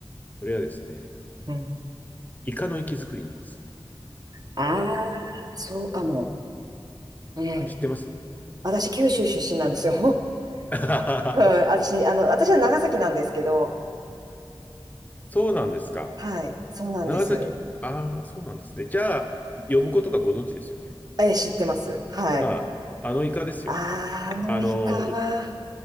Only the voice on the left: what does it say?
それはですね、
イカの活き造りなんです。
知ってます
<laughs> あ、
そうなんですか。
長崎。ああ、そうなんですね。じゃあ、呼ぶことがご存知ですよね。
あ、あのイカですよ。
あの、お、